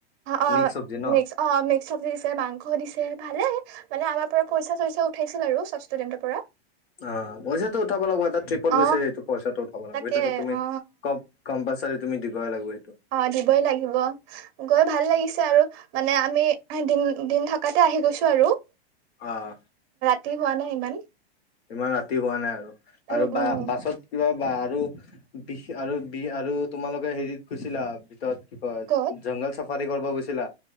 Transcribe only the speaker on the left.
মিক্স চব্জি ন
অ পইচাটো উঠাব লাগিব এটা ট্ৰিপত
গৈছে সটো পইচাটো উঠাব লাগিব
এইটো তুমি
কম্প কম্পালছৰি তুমি দিব লাগিবে
আহ
ইমান ৰাতি হোৱা নাই আৰু
আৰু বা
বাছত কিবা বা আৰু বিষ আৰু বি আৰু তোমালোকে হেৰিত গুছিলা ভিতৰত কি কয়
জংঘল চাফাৰী কৰিব গৈছিলা?